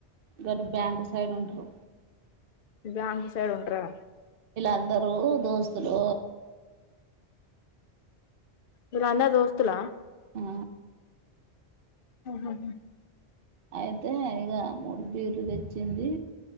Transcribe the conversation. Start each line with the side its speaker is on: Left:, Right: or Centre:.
Right: గరి బ్యాంక్ వస్తు సైడ్ ఉంటరు
Left: ఇ బ్యాంకు సైడ్ ఉంటరా
Right: అందరూ దోస్తులు
Left: మీరు అందరూ దోస్తలా
Right: ఆ
Left: ఆహ్ హహ
Right: అయిదు అయితే ఇగా మూడు బీర్లు తెచ్చింది